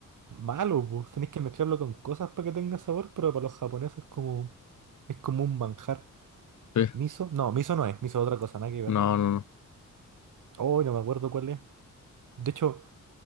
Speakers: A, on the right (about 80°); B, on the left (about 65°).
A: Malo, pues. Tenéis que mezclarlo con cosas para que tenga sabor, pero para los japoneses es como, es como un manjar.
B: sí.
A: ¿Miso? No, miso no es. Miso es otra cosa, nada que ver.
B: No, no, no.
A: Hoy no me acuerdo cuál es. De hecho,